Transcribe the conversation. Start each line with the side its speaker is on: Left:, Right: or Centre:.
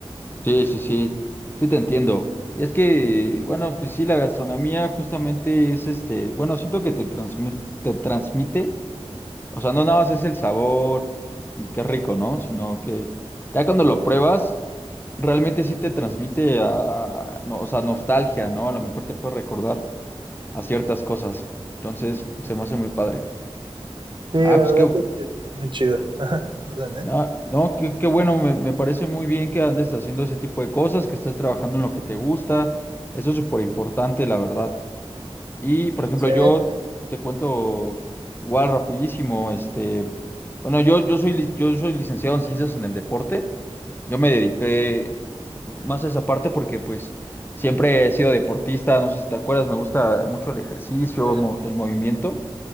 Left: Sí, sí, sí, sí te entiendo. Y es que, bueno, pues sí, la gastronomía justamente es este, bueno, siento que te transmir, te transmite, o sea, no nada más es el sabor y qué rico, ¿no? Sino que ya cuando lo pruebas, realmente sí te transmite a, no, o sea, nostalgia, ¿no? A lo mejor te puede recordar. a ciertas cosas. Entonces, se me hace muy padre.
Right: Sí, la
Left: Ah, pues
Right: verdad
Left: qué,
Right: es que está muy chido. Perdón,
Left: no,
Right: ¿eh?
Left: no, qué, qué bueno, me, me parece muy bien que andes haciendo ese tipo de cosas, que estés trabajando en lo que te gusta. Eso es súper importante, la verdad. Y, por ejemplo,
Right: Sí.
Left: yo te cuento igual rapidísimo, este, bueno, yo, yo soy, li- yo soy licenciado en ciencias en el deporte. Yo me dediqué ju- más a esa parte porque, pues, siempre he sido deportista, no sé si te acuerdas, me gusta mucho el ejercicio,
Right: ¿Tú
Left: mo- el movimiento.